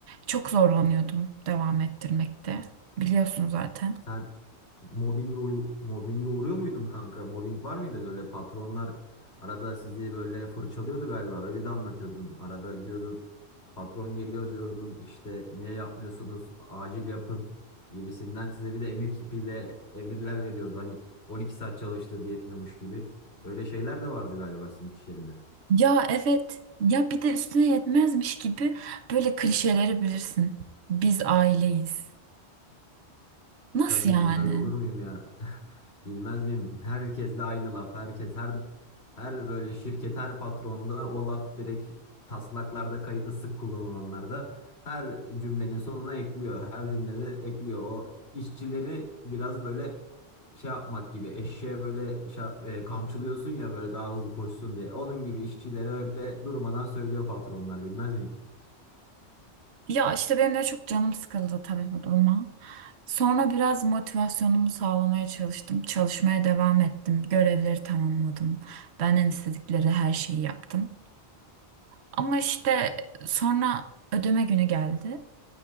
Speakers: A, on the right; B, on the left.
A: çok zorlanıyordum devam ettirmekte. Biliyorsun zaten.
B: Sen mobbinge, uyu- mobbinge uğruyor muydun kanka? Mobbing var mıydı? Böyle patronlar arada sizi böyle fırçalıyordu galiba. Öyle de anlatıyordun. Arada diyordun patron geliyor diyordun. İşte niye yapmıyorsunuz? Acil yapın gibisinden size bir de emir kipiyle emirler veriyordu. Hani 12 saat çalıştır diye etmiyormuş gibi. Öyle şeyler de vardı galiba sizin iş yerinde.
A: Ya evet ya bir de üstüne yetmezmiş gibi böyle klişeleri bilirsin. Biz aileyiz. Nasıl
B: Tabii
A: yani?
B: bilmez olur muyum ya? <laughs> Bilmez miyim? Herkes de aynı laf. Herkes her her böyle şirket her patronda o laf direkt taslaklarda kayıtlı sık kullanılanlarda her cümlenin sonuna ekliyor. Her cümlede ekliyor. O işçileri biraz böyle şey yapmak gibi eşeğe böyle şa- e, kamçılıyorsun ya böyle daha hızlı koşsun diye. Onun gibi işçilere öyle durmadan söylüyor patronlar bilmez miyim?
A: Ya işte benim de çok canım sıkıldı tabii bu duruma. Sonra biraz motivasyonumu sağlamaya çalıştım. Çalışmaya devam ettim. Görevleri tamamladım. Benden istedikleri her şeyi yaptım. Ama işte sonra ödeme günü geldi